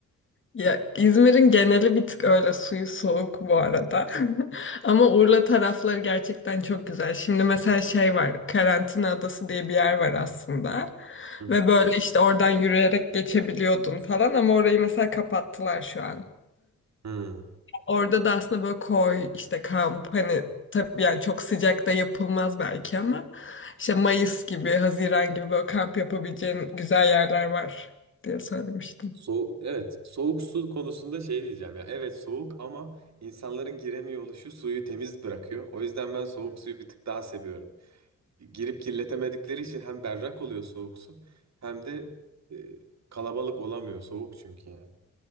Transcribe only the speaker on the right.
Hı hı.
Hı.
Soğuk, evet soğuk su konusunda şey diyeceğim ya evet soğuk ama insanların giremiyor oluşu suyu temiz bırakıyor. O yüzden ben soğuk suyu bir tık daha seviyorum. Girip kirletemedikleri için hem berrak oluyor soğuk su hem de e, kalabalık olamıyor soğuk çünkü yani.